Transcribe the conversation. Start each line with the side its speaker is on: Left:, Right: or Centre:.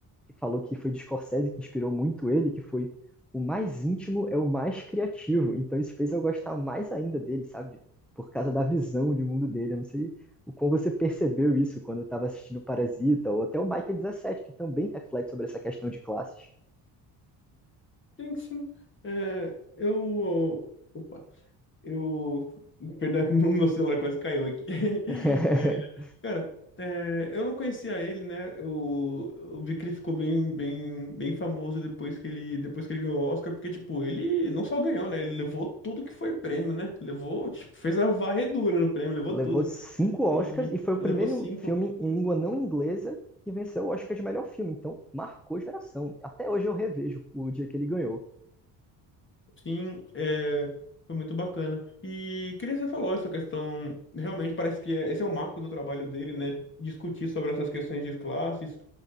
Centre: falou que foi de Scorsese que inspirou muito ele, que foi o mais íntimo é o mais criativo. Então isso fez eu gostar mais ainda dele, sabe? Por causa da visão de mundo dele. Eu não sei o quão você percebeu isso quando eu estava assistindo Parasita, ou até o Michael 17, que também reflete sobre essa questão de classes.
Left: Sim, sim. É, eu. Opa. Eu. Perdão, <laughs> que o meu celular quase caiu aqui. <laughs>
Centre: <laughs>
Left: Cara, é, eu não conhecia ele, né? Eu, eu vi que ele ficou bem, bem, bem famoso depois que ele, depois que ele ganhou o Oscar, porque, tipo, ele não só ganhou, né? Ele levou tudo que foi prêmio, né? Levou, tipo, fez a varredura no prêmio, levou
Centre: Levou
Left: tudo.
Centre: cinco Oscars
Left: E
Centre: e foi o
Left: levou
Centre: primeiro
Left: cinco.
Centre: filme em língua não inglesa que venceu o Oscar de melhor filme. Então, marcou geração. Até hoje eu revejo o dia que ele ganhou.
Left: Sim, é, foi muito bacana. E que nem você falou, essa questão, realmente parece que é- esse é o marco do trabalho dele, né? Discutir sobre essas questões de classes,